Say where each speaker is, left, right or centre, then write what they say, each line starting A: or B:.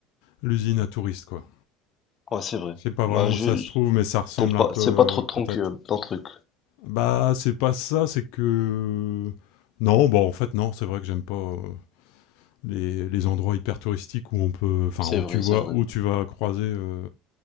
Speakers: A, on the left (about 75°); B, on the left (about 35°).
A: l'usine à touristes, quoi.
B: Ouais, c'est vrai.
A: Je sais pas vraiment
B: Bah, je,
A: où ça se
B: je-
A: trouve, mais ça ressemble
B: t'aimes pas,
A: un peu,
B: c'est
A: euh,
B: pas trop ton,
A: peut-être.
B: cul- ton truc.
A: Bah, c'est pas ça, c'est que. Non, bah en fait, non, c'est vrai que j'aime pas. euh, Les, les endroits hyper touristiques où on peut enfin
B: C'est
A: où
B: vrai,
A: tu vois
B: c'est vrai.
A: où tu vas croiser euh,